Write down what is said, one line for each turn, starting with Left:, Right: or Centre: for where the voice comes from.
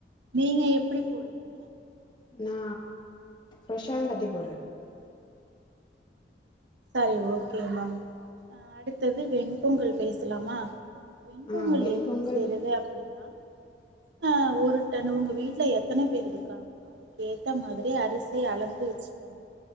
Right: நீங்க எப்டி போடுவீங்க
Left: நா ஃப்ரெஷாதா தட்டி போட்றது
Right: சரி ஓகே மம் அஹ் அடுத்தது வெண் பொங்கல் பேசுலாமா வெண்பொங்கல்
Left: ஆ வெண்பொங்கல்
Right: எப்டி செய்றது அப்டின்னா அஹ் ஒருடன்னு உங்க வீட்ல எத்தன பேரு இருக்காங்களோ அதுக்கேத்த மாதிரி அரிசி அளந்து வச்சுக்கணு